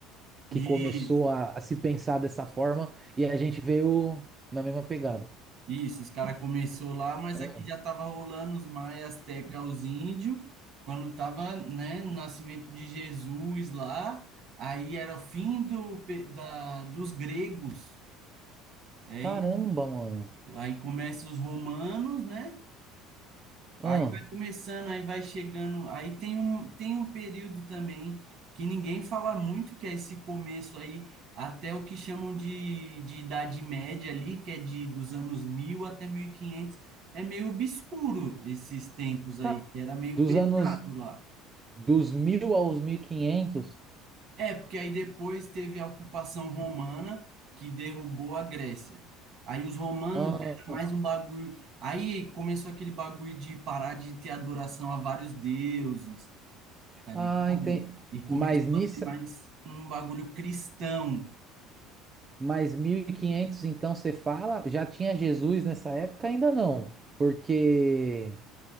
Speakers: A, on the right (about 40°); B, on the right (about 15°).
A: isso,
B: que começou a, a se pensar dessa forma, e a gente veio na mesma pegada.
A: isso, os caras começou lá, mas
B: Ah,
A: aqui já tava rolando os maias, azteca, os índios, quando tava, né, no nascimento de Jesus lá, aí era o fim do, pe- da, dos gregos, aí,
B: Caramba, mano.
A: aí começa os romanos, né? Aí
B: Ah,
A: vai começando, aí vai chegando. Aí tem um, tem um período também que ninguém fala muito, que é esse começo aí, até o que chamam de, de Idade Média ali, que é de dos anos 1000 até mil e quinhentos, É meio obscuro esses tempos
B: ca-
A: aí, que era meio
B: Dos
A: pesado
B: anos
A: lá.
B: dos mil aos 1500.
A: É, porque aí depois teve a ocupação romana, que derrubou a Grécia. Aí os romanos
B: Ah,
A: era mais um bagulho. Aí começou aquele bagulho de parar de ter adoração a vários deuses. tá ligado?
B: ah, entendi.
A: E começou
B: Mas nisso,
A: a ter mais um bagulho cristão.
B: mas 1500, então, você fala, já tinha Jesus nessa época? Ainda não, porque...